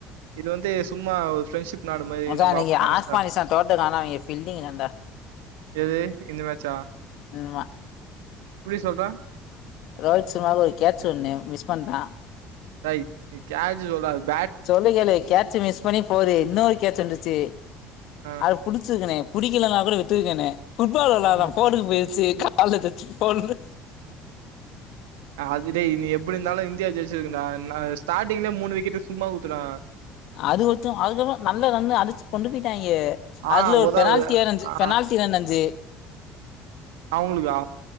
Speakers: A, on the right; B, on the left.
A: இது வன்டு சும்மா ஒரு ஃப்ரெண்ட்ஷிப் நாடு மாரி
B: அதா
A: நம்ம
B: அன்னைக்கி
A: ஆப்கானிஸ்தான்.
B: ஆஸ்பானிஸா தோட்டக்கா அவ்ங்க பில்டிங் ஏன் டா
A: எது இந்த மேச்சா
B: ஆமா
A: சொல்ற?
B: ரோஹித் சர்மாக்கு ஒரு கேச்சு ஒண்ணு மிஸ் பண்டா
A: ரேட் நீ கேச்சுவுடாத்
B: சொல்லு கேளு கேட்சு மிஸ் பண்ணி ஃபோதுஸ இன்னொரு கேச்சு இருந்துச்சு
A: ஆ.
B: அ புடிச்சிருக்கேனே புடிக்கலன்னா கூட விட்டு இருங்கனே புட்பால் விளயாடுறா
A: ம்.
B: ஃபோடுக்கு போயிருச்சு கா கால்ல தச்சு போல்று
A: அதுடே நீ எப்புடி இருந்தாலு இந்தியா ஜெயிச்சிருக்கு டா ஸ்டாட்டிங்லே மூணு விக்கெட்டு சும்மா ஊத்துனா
B: அது ஓகே அதுக்கப்புறம் நல்ல ரன்னு அடிச்சு கொண்டு போயிட்டாங்க
A: ஆ
B: அதுல ஒரு
A: உதாவ்
B: பெனால்ட்டி வேற ந்து
A: ஆ
B: பெனால்ட்டி ரன் அந்து
A: அவுங்களுக்கா